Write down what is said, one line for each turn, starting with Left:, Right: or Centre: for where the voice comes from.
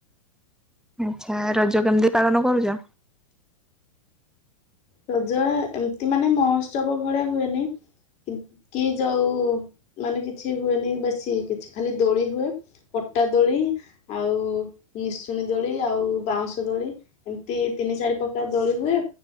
Centre: ଆଚ୍ଛା ରଜ କେମିତି ପାଳନ କରୁଚ?
Left: ରଜ ଏମିତି ମାନେ ମହୋଉତ୍ସବ ଭଳିଆ ହୁଏନି। କି କି ଯୋଉ ମାନେ କିଛି ହୁଏନି ବେଶୀ କିଛି ଖାଲି ଦୋଳି ହୁଏ। ପଟା ଦୋଳି, ଆଉ ନିଶୁଣୀ ଦୋଳି, ଆଉ ବାଉଁଶ ଦୋଳି ଏମିତି ତିନି ଚାରି ପ୍ରକାର ଦୋଳି ହୁଏ।